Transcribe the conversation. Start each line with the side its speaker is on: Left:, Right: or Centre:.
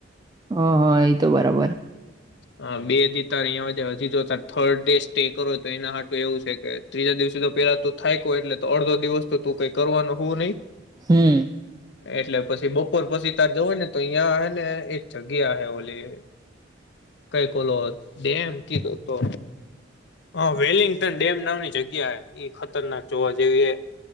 Right: હ હા એ તો બરાબર.
Left: હા બે અધી તારં હજી જો ત થર્ડ ડે સ્ટે કરો તો એના સાાટું એવું છે કે ત્રીજા દિવસેધ પેલા તું થાય કો એટલે તો અડધો દિવસ તો તું કઈ કરવાનું હોવ નહીિ.
Right: હમ
Left: એટલે પછી બપોર પછી તાર જવું ને તો અહં હ ને એક જગ્યા હ ઓલી કઈ ઓલો ડેમ કીધો તો હા વેલિંગ્ટન ડેમ નામની જગ્યા એ ખતરનાક જોવા જેવી એ